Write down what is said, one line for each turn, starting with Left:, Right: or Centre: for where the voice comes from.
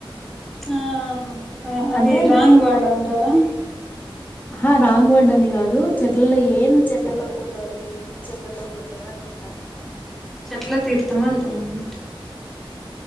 Centre: ఆహా అది
Left: అంటే న-
Centre: రాంగ్వాడ్ అంటారా
Left: ఆహ రాంగ్ వడ్ అని కాదు చెట్లల్లో ఏంది చెట్లల్లోకి పోతారు ఏ చెట్లల్లో పోతార అని అంటారు
Centre: చెట్లా తీర్థమంటారు అన్నమా